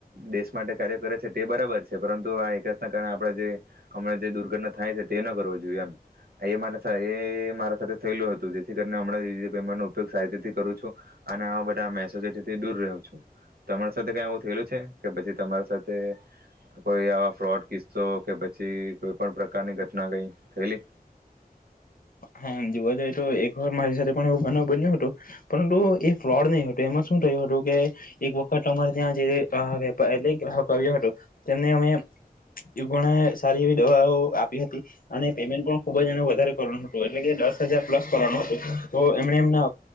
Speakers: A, on the right; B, on the left.
A: દેશ માટે કાર્ય કરે છે તે બરાબર છે પરંતુ આ હેર્સના કારણે આપણે જે હમણા જે દુર્ઘટના થાય છે તે ન કરવો જોઈએ એમ એ મા મારા સાથે થયેલું હતું જેથી કરીને હમેમેન્ટ નો ઉપયોગ સારી રીતે કરું છું અને આવા બધા મેસેજથી દૂર રહું છું તમારી સાથે કઈ એવું થયેલું છે કે પછી તમારી સાથે કોઈ આવા ફ્રોડ કિસ્સો કે પછી કોઈ પણ પ્રકારની ઘટના કઈ થયેલી.
B: હામ જોવા જઈએ તો એક વખત મારી સાથે પણ એવું બનાવ બન્યું હતું પરંતુ એ ફ્રોડ નહી હતું એમાં શું થયું હતું કે એક વખત અમારે ત્યાં જે વેપારી ગ્રાહકો આવ્યો હતો તેમને અમે ઘણા સારી એવી દવાઓ આપી હતી અને પેમેન્ટ પણ ખુબ જ એ વધારે દસ હજ પ્લું તો એમ એમના